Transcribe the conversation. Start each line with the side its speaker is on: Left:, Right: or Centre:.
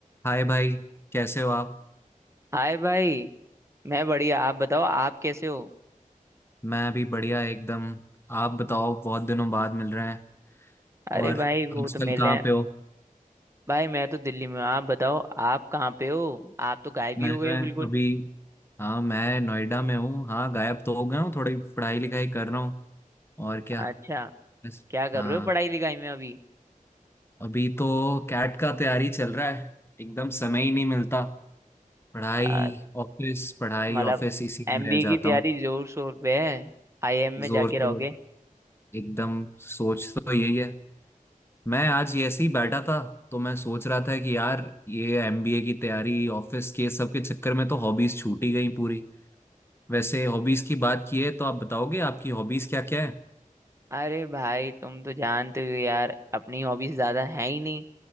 Left: हाय भाई कैसे हो आप
Right: हाय भाई मैं बढ़िया आप बताओ आप कैसे हो
Left: मैं अभी बढ़िया एकदम आप बताओ बहुत दिनों बाद मिल रहे हैं
Right: अरे
Left: और
Right: भाई
Left: आजकल
Right: वो तो मिले
Left: कहाँ
Right: हैं
Left: पे हो
Right: भाई मैं तो दिल्ली में हूँ आप बताओ आप कहाँ पे हो आप तो गायब
Left: मैं
Right: ही हो गए हो बिल्कुल
Left: अभी हाँ मैं नोएडा में हूँ हाँ गायब तो हो गया हूँ थोड़ी पढ़ाई लिखाई कर रहा हूँ और क्या
Right: अच्छा
Left: बस
Right: क्या कर
Left: हाँ
Right: रहे हो पढ़ाई लिखाई में अभी
Left: अभी तो कैट का तैयारी चल रहा है एकदम समय ही नहीं मिलता पढ़ाई
Right: आ,
Left: ऑफिस पढ़ाई
Right: मतलब
Left: ऑफिस इसी
Right: एमबीए
Left: में रह जाता
Right: की तैयारी
Left: हूँ
Right: जोर शोर पे है आईआईएम में
Left: जोर
Right: जाके रहोगे
Left: तो एकदम सोच तो यही है मैं आज ये ऐसे ही बैठा था तो मैं सोच रहा था कि यार ये एमबीए की तैयारी ऑफिस के सब के चक्कर में तो हॉबीज छूट ही गई पूरी वैसे हॉबीज की बात की है तो आप बताओगे आपकी हॉबीज क्या क्या है
Right: अरे भाई तुम तो जानते हो यार अपनी हॉबीज ज्यादा है ही नहीं